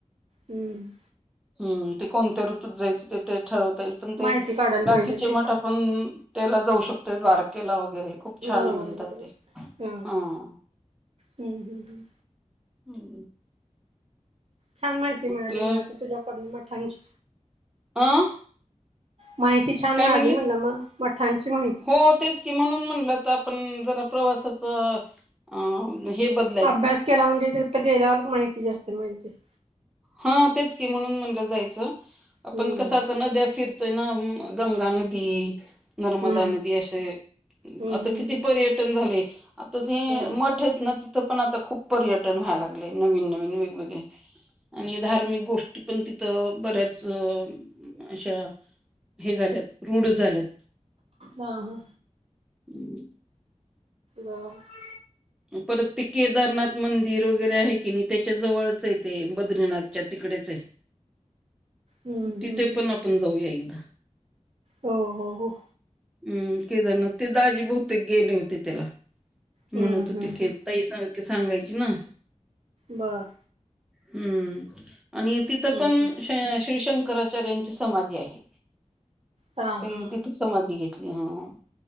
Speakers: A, on the right (about 55°); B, in the centre.
A: हम्म.
B: हम्म, ते कोणत्या ऋतूत जायचं, ते ते ठरवता येईल, पण ते
A: माहिती काढायला
B: बाकीचे
A: पाहिजे ते आता
B: मठा पण त्याला जाऊ शकतोय, द्वारकेला वगैरे. खूप छान
A: बरोबर
B: ये म्हणतात
A: आहे बरोबर
B: ते,
A: हा
B: हं.
A: हम्म ह्म हम्.
B: हम् ह्म.
A: छान माहिती मिळाली,
B: ते
A: मला ती तुझ्याकडुन मठांची.
B: अं?
A: माहिती छान
B: काय
A: मिळाली
B: म्हणलीस?
A: म्हणल म, मठांची माहि
B: हो तेच की, म्हणून म्हणलं त, पण जरा प्रवासाचं अं हे बद
A: अभ्यास केला, म्हणजे तिथं गेल्यावर माहिती जास्त मिळते.
B: हा तेच की, म्हणून म्हणलं जायचं,
A: हम्म
B: पण कसं आता नद्या फिर ते ना, गंगा नदी, नर्म
A: हम्म
B: दा नदी अशे,
A: हम्म
B: आता
A: हम्म
B: किती पर्यटन झाले, आता ते
A: हो
B: मठ येत ना, ति थ पण आता खूप पर्यटन व्हायला लागले, नवीन-नवीन, वेग-वेगळे. आणि धार्मिक गोष्टी पण तिथं, बऱ्याच अशा हे झाल्यात, रुढ झाल्यात.
A: वा ह.
B: <inaudible>
A: वा. <unintelligible>
B: म परत ते केदारनाथ मंदिर वगैरे आहे की नाही, त्याच्या जवळ च ये ते, बद्रीनाथच्या तिकडेच ये.
A: हम्म
B: तिथे
A: हम्म
B: पण आपण जाऊया एकदा.
A: हो हो हो.
B: हम्म केदारनाथ, ते दाजी बहुतेक गेले होते त्याला. म्हणत
A: हम्म
B: होते
A: हम्म
B: के ताई सारखी सांगायची ना?
A: बर.
B: हम्म आणि तिथं
A: हम्म
B: पण हे शिव शंकराचार्यांची तिथे समाधी आहे,
A: हा
B: त्यांनी
A: हा
B: तिथे समाधी घेतली हा.